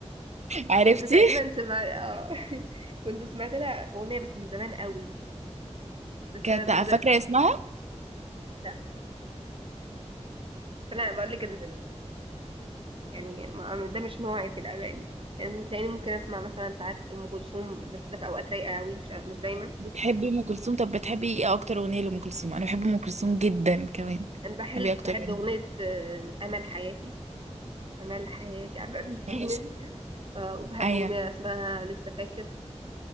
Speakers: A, on the right; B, on the right.
A: عرفتي
B: كنت تقريبا سمعت اه <laughs> كنت سمعت لها اغنيه بس من زمان قوي بس
A: كانت
B: انا مش ده
A: فاكره
B: مش
A: اسمها
B: لا بس انا بقول لك ال- يعني ما- ده مش نوعي في الاغاني يعني تلاقيني ممكن اسمع مثلا ساعات ام كلثوم بس ده في اوقات رايقه قوي مش مش دايما
A: بتحبي ام كلثوم طب بتحبي ايه اكتر اغنيه لام كلثوم انا بحب ام كلثوم جدا كمان
B: انا بحب
A: بحبي اكتر
B: بحب
A: اغنيه
B: اغنيه آه، امل حياتي امل حياتي عارفه <laughs> الأغنية
A: ماشي
B: دي آه، وبحب
A: ايوه
B: أغنية اسمها لسه فاكر